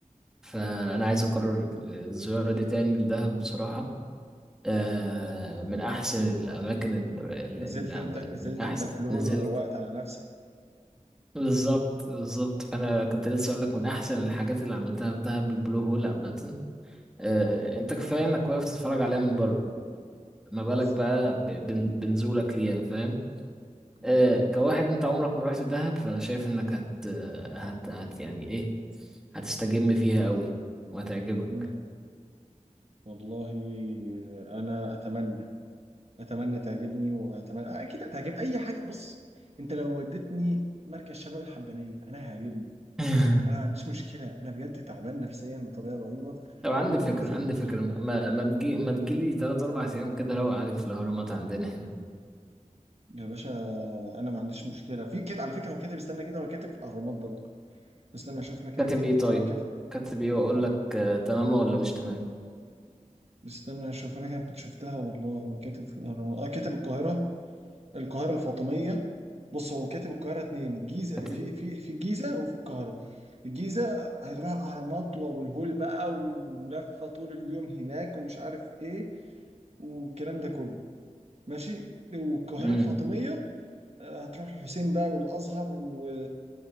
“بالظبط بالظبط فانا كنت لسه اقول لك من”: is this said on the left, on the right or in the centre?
Centre